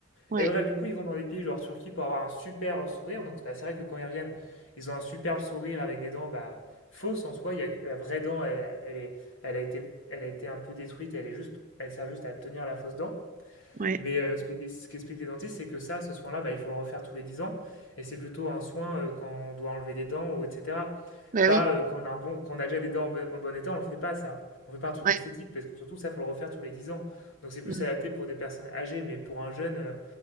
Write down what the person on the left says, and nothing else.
Et bref, du coup, ils vont dans des pays genre Turquie pour avoir un super euh, sourire. Donc, bah, c'est vrai que quand ils reviennent, ils ont un superbe sourire avec des dents bah, fausses en soi. Il y a, que la vraie dent, elle, elle est, elle, a été, elle a été un peu détruite. et Elle, est juste, elle sert juste à tenir la fausse dent.
Mais euh, ce que- ce qu'expliquent les dentistes, c'est que ça, ce soin-là, bah, il faut le refaire tous les 10 ans. Et c'est plutôt un soin euh, quand on doit enlever des dents ou etc.
Pas
euh, quand on a un bon, quand on a déjà des dents en, bon en bon état, on le fait pas ça. On fait pas un truc
esthétique parce que surtout ça, faut le refaire tous les 10 ans. Donc c'est plus
adapté pour des personnes âgées, mais pour un jeune, euh,